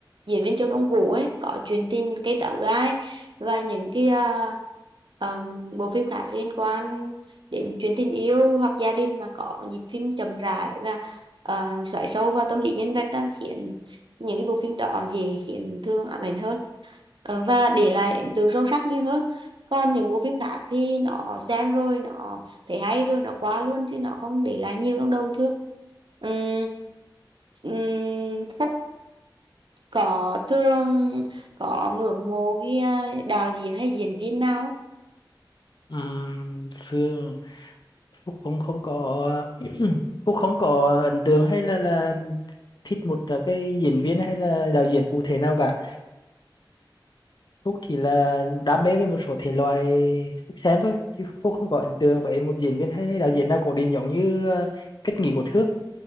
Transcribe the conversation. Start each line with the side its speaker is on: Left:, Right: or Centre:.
Right: diễn viên Châu Đông Vũ ấy có Chuyện tình cây táo gai và những cái ờ, ờm, bộ phim khác liên quan đến chuyện tình yêu hoặc gia đình mà có nhịp phim chậm rãi và uh, xoáy sâu vào tâm lý nhân vật đó khiến những cái bộ phim đó dễ khiến Thương ám ảnh hơn Ờ, và để lại ấn tượng sâu sắc nhiều hơn còn những bộ phim khác thì nó xem rồi nó thấy hay rồi nó qua luôn chứ nó không để lại nhiều trong đầu thương Ừm, ừm, Phúc có thương có ngưỡng mộ cái ờ, đạo diễn hay diễn viên nào không?
Left: Ừm, Phương Phúc không không có <clears throat> Phúc không có ấn tượng hay là là thích một à, cái diễn viên hay là đạo diễn cụ thể nào cả Phúc chỉ là đam mê với một số thể loại Phúc xem thôi chứ Phúc không có ấn tượng với một diễn viên hay, hay đạo diễn nào cổ điển giống như ờ, Kết Nghị của Thước